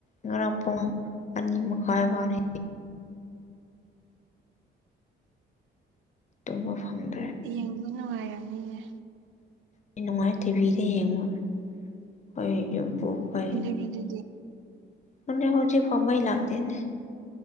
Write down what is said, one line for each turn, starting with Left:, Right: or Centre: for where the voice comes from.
Left: ꯉꯔꯥꯡ ꯄꯨꯡ ꯑꯅꯤ ꯃꯈꯥꯏ ꯐꯥꯎꯅꯤ ꯇꯨꯝꯕ ꯐꯪꯗ꯭ꯔꯦ
Right: ꯌꯦꯡꯕ ꯅꯨꯡꯉꯥꯏꯔꯝꯅꯤꯅꯦ
Left: ꯑꯩ ꯅꯨꯡꯉꯥꯏ ꯇꯤꯚꯤꯗ ꯌꯦꯡꯕ ꯍꯣꯏ ꯌꯨꯝ ꯄꯨꯈ
Right: ꯗꯨꯗꯤ
Left: ꯈꯪꯗꯦ ꯍꯧꯖꯤꯛꯐꯥꯎ ꯃꯩꯂꯥꯛꯇꯅꯦ